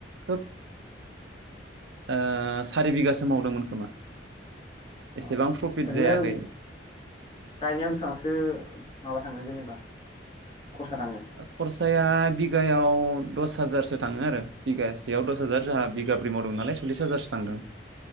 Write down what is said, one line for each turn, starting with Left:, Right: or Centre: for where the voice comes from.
Right: खोब ओ सारि बिगासो मावदोंमोन खोमा।
Left: अ'
Right: एसेबां प्रफिट
Left: ओरैनो
Right: जायाखै
Left: गायनाया बेसेबांसो माबा थांनो जेनेबा खरसा थाङो?
Right: खरसाया दा बिगायाव दस हाजारसो थाङो आरो बिघायासो बेयाव दस हाजार जहा बिगाब्रि मावदोंमोन नालाय सल्लिस हाजारसो थांदों।